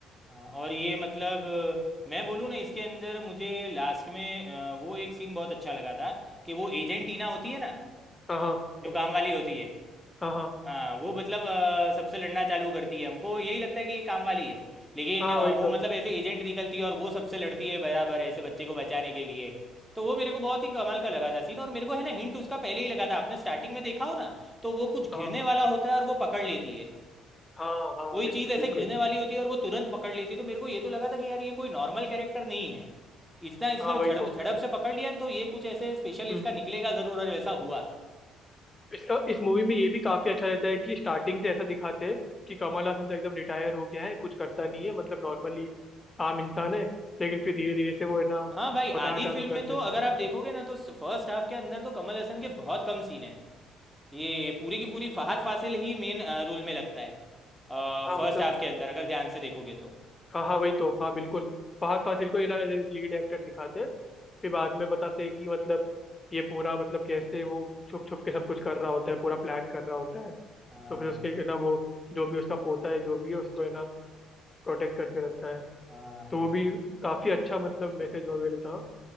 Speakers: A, in the centre; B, on the left.
A: हाँ और ये मतलब अ, मैं बोलूँ ना इसके अंदर मुझे लास्ट में अ, वो एक सीन बहुत अच्छा लगा था कि वो एजेंट टीना होती है ना
B: हाँ हाँ
A: जो काम वाली होती है
B: हाँ हाँ
A: हाँ, वो मतलब अ, सबसे लड़ना चालू करती है हमको यही लगता है कि ये काम वाली है लेकिन
B: हाँ
A: अ,
B: वही
A: वो
B: तो
A: मतलब ऐसे एजेंट निकलती है और वो सबसे लड़ती है बराबर ऐसे बच्चे को बचाने के लिए तो वो मेरे को बहुत ही कमाल का लगा था सीन और मेरे को है ना हिंट उसका पहले ही लगा था आपने स्टार्टिंग में देखा हो ना तो वो कुछ घिरने
B: हाँ
A: वाला होता है और वो पकड़ लेती है
B: हाँ हाँ
A: कोई
B: बिल्कुल
A: चीज़ ऐसे
B: बिल्कुल
A: घिरने वाली होती है और वो तुरंत पकड़ लेती है तो मेरे को ये तो लगा था कि यार ये कोई नॉर्मल कैरेक्टर नहीं है इतना इसने
B: हाँ वही
A: झड़प
B: तो
A: झड़प से पकड़ लिया ना तो ये कुछ ऐसे स्पेशल
B: हम्म
A: इसका
B: हम्म,
A: निकलेगा ज़रूर और वैसा हुआ
B: इसका इस मूवी में ये भी काफी अच्छा रहता है कि स्टार्टिंग से ऐसा दिखाते हैं कि कमल हासन तो एकदम रिटायर हो गया है कुछ करता नहीं है मतलब नॉर्मली आम इंसान है लेकिन फिर धीरे धीरे से वो है ना
A: हाँ भाई
B: बताना
A: आधी फिल्म
B: चालू कर
A: में
B: दे
A: तो अगर आप देखोगे ना तो फर्स्ट हाफ के अंदर तो कमल हसन के बहुत कम सीन है ये पूरी की पूरी फहाद फासिल ही मेन रोल में लगता है
B: हाँ
A: फर्स्ट
B: मतलब
A: हाफ के अंदर अगर ध्यान से देखोगे तो
B: हाँ हाँ वही तो हाँ बिल्कुल फहद फासिल को है ना लीड एक्टर दिखाते हैं फिर बाद में बताते हैं कि मतलब ये पूरा मतलब कैसे वो छुप छुप के सब कुछ कर रहा होता है पूरा प्लान कर रहा होता है
A: हाँ
B: तो फिर उसके है ना वो जो भी उसका पोता है जो भी है उसको है ना प्रोटेक्ट करके रखता है
A: हाँ
B: तो
A: हाँ
B: वो भी काफी अच्छा मतलब मैसेज वगैरह था